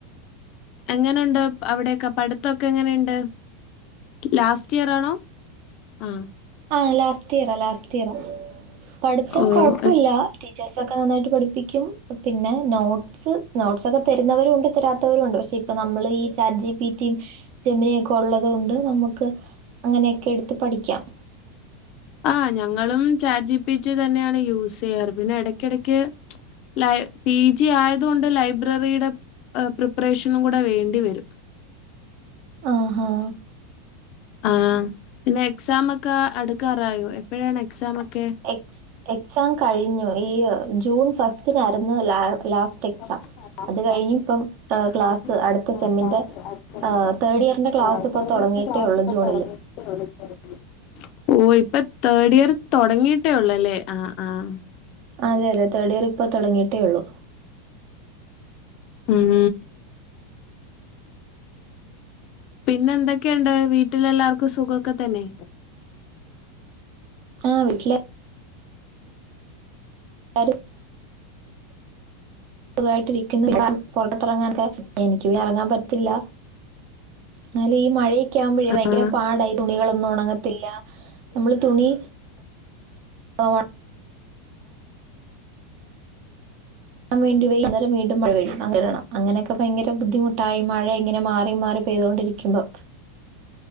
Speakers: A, on the left; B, on the right.
A: എങ്ങനെയുണ്ട് അവിടെയൊക്കെ പഠിത്തൊക്കെ എങ്ങനെയുണ്ട് ലാസ്റ്റ് ഇയർ ആണോ ഉം
B: ആഹ് ലാസ്റ്റ് ഇയറാ ലാസ്റ്റ് ഇയറ പഠിത്തം
A: ഓ
B: കുഴപ്പമില്ല
A: എ-
B: ടീച്ചേഴ്സ് ഒക്കെ നന്നായിട്ട് പഠിപ്പിക്കും പിന്നെ നോട്സ് നോട്ട്സോക്കെ തരുന്നവരും ഒണ്ട് തരാ ത്തവരുണ്ട്, പക്ഷെ ഇപ്പൊ നമ്മള് ഈ chat G P T, Gemini ഒക്കെ ഉള്ളത് കൊണ്ട് നമുക്ക് അങ്ങനെയൊക്കെ എടുത്ത് പഠിക്കാം
A: ആഹ് ഞങ്ങളും ചാറ്റ് ജി പി ടീ തന്നെയാണ് യൂസ് ചെയ്യാറ് പിന്നെ ഇടക്കിടക്ക് ലൈ പി ജി ആയതുകൊണ്ട് ലൈബ്രറിയുടെ പ്രിപ്പറേഷനും കൂടെ വേണ്ടിവരും
B: ആഹാ
A: ആഹഹ് പിന്നെ എക്സാംമ ഒക്കെ അടുക്കാറായോ? എപ്പോഴാണ് എക്സാമ ഒക്കെ?
B: എക്സ് എക്സാം കഴിഞ്ഞു ഈ ജൂൺ ഫസ്റ്റിനാരുന്നു ലാ ലാസ്റ്റ് എക്സാം
A: ഫസ്റ്റ് നാലാം
B: അത്
A: ക്ലാസ്
B: കഴിഞ്ഞ ഇപ്പം ക്ലാസ്സ്
A: കഴിഞ്ഞിപ്പം
B: അടുത്ത സെമ്മിന്റെ
A: ക്ലാസ് അടിച്ചതിന്റെ
B: ആഹ് തേർഡ് ഇയറിന്റെ ക്ലാസ് ഇപ്പൊ
A: തേർഡ്
B: തുടങ്ങിയിട്ടേ
A: ഇയറിന്റെ ക്ലാസ്
B: ഉള്ളൂ
A: ഇപ്പൊ
B: ജൂണില്
A: <unintelligible> ഓ ഇപ്പൊ തേർഡ് ഇയർ തുടങ്ങിയിട്ടേ ഉള്ളല്ലേ ആഹ് ആഹ്
B: അതെ അതെ തേർഡ് ഇയർ ഇപ്പൊ തുടങ്ങിയിട്ടേ ഉള്ളൂ
A: ഉം പിന്നെ എന്തൊക്കെയുണ്ട് വീട്ടിലെല്ലാർക്കും സുഖൊക്കെ തന്നെ
B: ആ വീട്ടില് എല്ലാരും സുഖായിട്ട് ഇരിക്കുന്നു, ഇ <unintelligible> പൊറത്തെറങ്ങാനൊക്കെ എനിക്ക് പിന്നെ ഇറങ്ങാൻ പറ്റത്തില്ല എന്നല് ഈ മഴയൊക്കെ ആകുമ്പോഴേ ഭയങ്കര
A: ആ
B: പാടാ ഈ തുണികളൊന്നും ഉണങ്ങത്തില്ല നമ്മള് തുണി ഏഹ് ഉണങ്ങാൻ ൻ വേണ്ടി വെയി അന്നരം വീണ്ടും മഴ പെയ്യും അങ്ങനൊക്കെ ഭയങ്കര ബുദ്ധിമുട്ടായി മഴ ഇങ്ങനെ മാറി മാറി പെയതൊണ്ടിരിക്കും ക്യുമ്പൊ